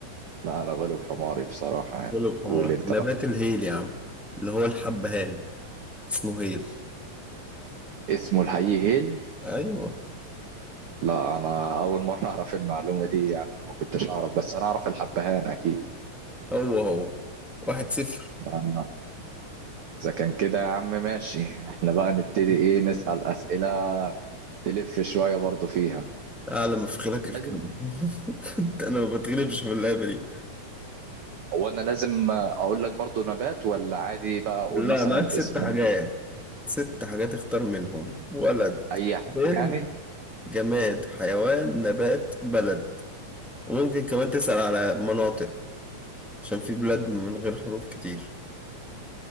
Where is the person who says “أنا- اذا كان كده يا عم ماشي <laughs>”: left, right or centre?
Right